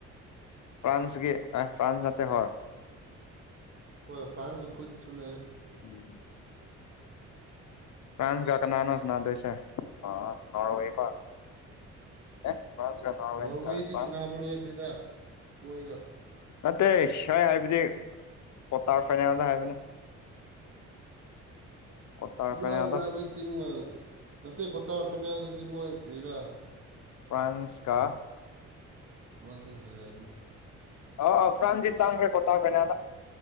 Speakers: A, on the left; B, on the right.
A: ꯐ꯭ꯔꯥꯟꯁꯀꯤ ꯑꯦ ꯐ꯭ꯔꯥꯟꯁ ꯅꯠꯇꯦ ꯍꯣꯏ
B: ꯍꯣꯏ ꯐ꯭ꯔꯥꯟꯁꯀꯤ ꯈꯨꯠꯇꯁꯨ ꯂꯩ
A: ꯎꯝ ꯐ꯭ꯔꯥꯟꯁꯒ ꯀꯅꯥꯅꯣ ꯁꯥꯟꯅꯗꯣꯢꯁꯦ ꯑ ꯅꯣꯔꯋꯦꯒ ꯑꯦ ꯐ꯭ꯔꯥꯟꯁ ꯀ ꯅꯣꯔꯋꯦ
B: ꯅꯣꯔꯋꯦꯗꯤ
A: ꯇ ꯐ꯭ꯔꯥꯟꯁ
B: ꯁꯥꯟꯅꯕ ꯂꯣꯏꯈ꯭ꯔꯦꯗ ꯃꯣꯏꯒ
A: ꯅꯠꯇꯦ ꯁꯥꯏ ꯍꯥꯏꯕꯗꯤ ꯀ꯭ꯋꯥꯇꯔ ꯐꯥꯏꯅꯦꯜꯗ ꯍꯥꯏꯕꯅꯦ ꯀ꯭ꯋꯥꯇꯔ
B: ꯏꯂꯥꯏ
A: ꯐꯥꯏꯅꯦꯜꯗ
B: ꯏꯂꯥꯏꯕ ꯇꯤꯝ ꯅꯇꯦ ꯀ꯭ꯋꯥꯇꯔ ꯐꯥꯏꯅꯦꯜꯗꯗꯤ ꯃꯣꯏ ꯀꯔꯤꯔꯥ
A: ꯐ꯭ꯔꯥꯟꯁ ꯀ
B: ꯃꯥꯗꯤ ꯍꯩ ꯂꯩꯕꯅꯤ <inaudible>
A: ꯑꯣ ꯑꯣ ꯐ꯭ꯔꯥꯟꯗꯤ ꯆꯪꯈ꯭ꯔꯦ ꯀꯣꯇꯥꯔ ꯐꯥꯏꯅꯦꯜꯗ